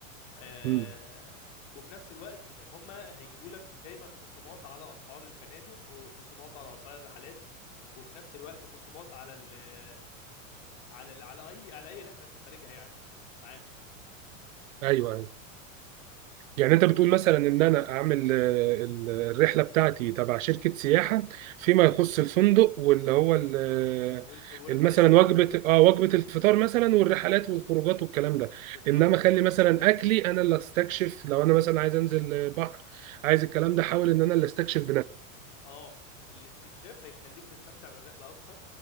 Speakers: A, on the left; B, on the right.
A: آه
B: مم.
A: وفي نفس الوقت هم هيجيبوا لك دايما خصومات على اسعار الفنادق وخصومات على اسعار الرحلات وفي نفس الوقت خصومات على ال على ال على اي على اي رحله انت خارجها يعني معاهم
B: ايوه يعني انت بتقول مثلا ان انا اعمل آه، ال- الرحله بتاعتي تبع شركه سياحه فيما يخص الفندق واللي هو ال- آه،
A: والف والرحلات
B: ال- مثلا وجبه اه وجبه الفطار مثلا والرحلات والخروجات والكلام ده
A: بالظبط
B: انما
A: بالظبط
B: خلي مثلا اكلي انا اللي استكشف لو انا مثلا عايز انزل بحر عايز الكلام ده حاول ان انا اللي استكشف
A: اه الاستكشاف هيخليك تستمتع بالرحله اكتر